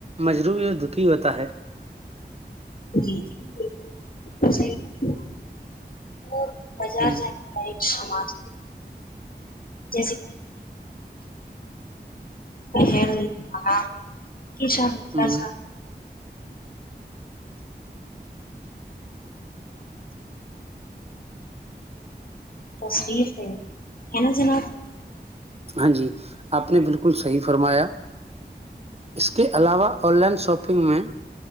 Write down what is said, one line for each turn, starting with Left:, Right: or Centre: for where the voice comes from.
Right: مجروعی اور دکھی ہوتا ہے
Left: جی جی بالکلح اور بازار
Right: ہوں
Left: نہیں اچمج جی جیلے پ <inaudible> کی سسا
Right: ہوں
Left: تصویر ہے ہے نا جناب
Right: ہاں جی آپ نے بالکل صحی فرمایا اس کے علاوہ آن لائن شاپنگ میں